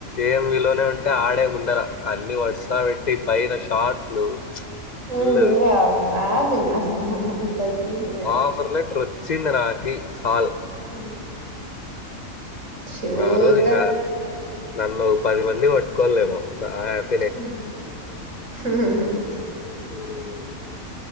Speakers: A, on the left; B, on the right.
A: ఏ ఎం వీ లోనే ఉంటే ఆడే ముందర అన్ని వర్సగ వెట్టి పైన షార్ట్లు
B: ఉ
A: ఫుల్
B: ఇంగ ఆగింగా హ్హ్హ్హ్ అంత సీన్ లె
A: ఆఫర్ లెట్ర్ ఒచ్చింది నాకి సాల్
B: హ్మ్ చూద్దాం
A: రా రోజ్ ఇంగా నన్ను పది మంది పట్టుకోల్లేమో దాయెబ్
B: హుహు హ్హ్హ్హ్ <unintelligible>
A: <unintelligible>